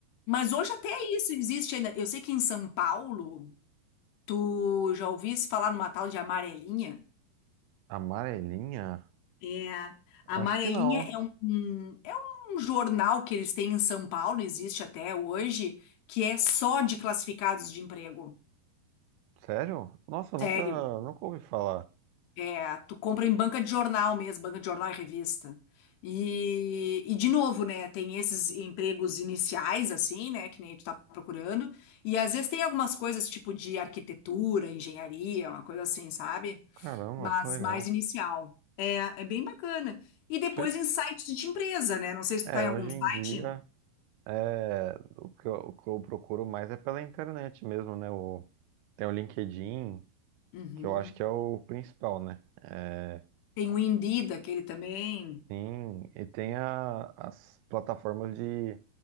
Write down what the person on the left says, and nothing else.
Mas hoje até isso existe ainda. Eu sei que em São Paulo, tu já ouvisse falar numa tal de amarelinha?
É. Amarelinha
é um, um- é um jornal que eles têm em São Paulo, existe até hoje, que é só de classificados de emprego.
Sério.
É, tu compra em banca de jornal mesmo, banca de jornal e revista. E, e de novo, né, tem esses empregos iniciais, assim, né, que nem tu tá procurando. E às vezes tem algumas coisas tipo de arquitetura, engenharia, uma coisa assim, sabe?
Mas
mais inicial. É, é bem bacana. E depois
em sites de empresa, né? Não sei se
tu tá em
algum
site.
Uhum.
Tem o Indeed, aquele também.